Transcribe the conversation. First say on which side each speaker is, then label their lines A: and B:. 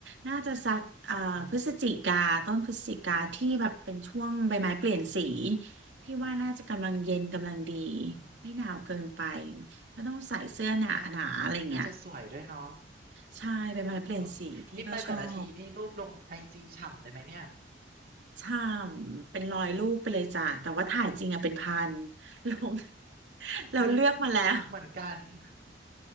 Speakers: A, on the right; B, on the right.
A: น่าจะสักเอ่อพฤศจิกาต้นพฤศจิกาที่แบบเป็นช่วงใบไม้เปลี่ยนสี
B: อ๋อ
A: พี่ว่าน่าจะกำลังเย็นกำลังดี
B: อืม
A: ไม่หนาวเกินไปไม่ต้องใส่เสื้อหนาหนาอะไรเงี้ย
B: นั่นน่าจะสวยด้วยเนาะ
A: ใช่ใบไม้เปลี่ยนสีพี่ก็ชอบ
B: เออนี่ไปแต่ละทีนี่รูปลงไอจีฉ่ำเลยไหมเนี่ย
A: ใช่เป็นร้อยรูปไปเลยจ้ะแต่ว่าถ่ายจริงอะเป็นพันลง <laughs> เราเลือกมาแล้ว
B: อุ้ยเหมือนกัน <laughs>